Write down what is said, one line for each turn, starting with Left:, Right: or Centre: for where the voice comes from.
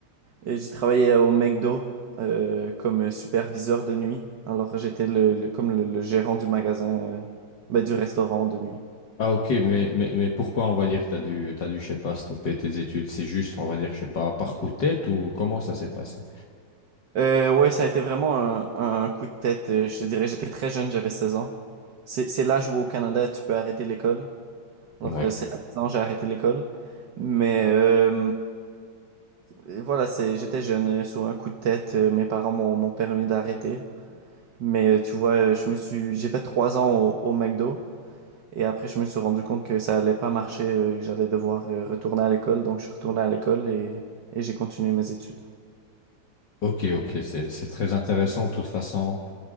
Right: Et j'ai travaillé au McDo euh, comme superviseur de nuit. Alors j'étais le, le- comme le, le gérant du magasin, euh, ben, du restaurant de nuit.
Left: Ah, ok, mais, mais, mais pourquoi, on va dire, t'as dû, t'as dû, je sais pas, stopper tes études? C'est juste, on va dire, je sais pas, par coup de tête ou comment ça s'est passé?
Right: Euh, ouais, ça a été vraiment un, un coup de tête. euh, Je te dirais, j'étais très jeune, j'avais 16 ans. C'est, c'est l'âge où au Canada, tu peux arrêter l'école. Alors,
Left: Ouais.
Right: euh, c'est à 16 ans, j'ai arrêté l'école. Mais euh, euh, voilà, c'est, j'étais jeune, euh, sur un coup de tête, euh, mes parents m'ont m'ont permis d'arrêter. Mais euh, tu vois, euh, je me suis, j'ai fait trois ans au, au McDo. Et après, je me suis rendu compte que ça allait pas marcher, euh, et que j'allais devoir euh, retourner à l'école. Donc, je suis retourné à l'école et, et j'ai continué mes études.
Left: Ok, ok, c'est, c'est très intéressant. De toute façon,